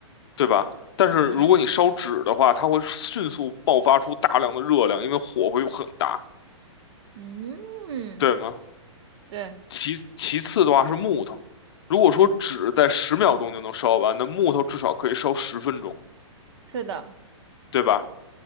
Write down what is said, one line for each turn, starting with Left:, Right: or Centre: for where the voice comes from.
Left: 对吧？但是如果你烧纸的话，
Right: 嗯
Left: 它会迅速爆发出大量的热量，因为火会很大，
Right: 嗯，
Left: 对吗？
Right: 对，
Left: 其其次的话是木头，如果说纸在十秒钟就能烧完，
Right: 嗯，
Left: 那木头至少可以烧十分钟，
Right: 是的，
Left: 对吧？